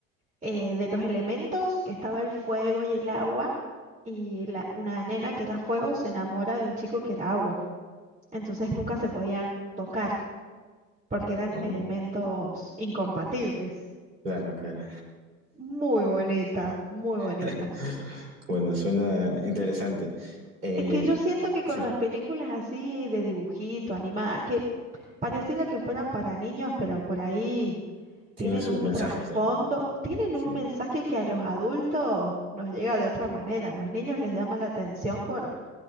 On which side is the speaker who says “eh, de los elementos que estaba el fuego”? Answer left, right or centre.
Right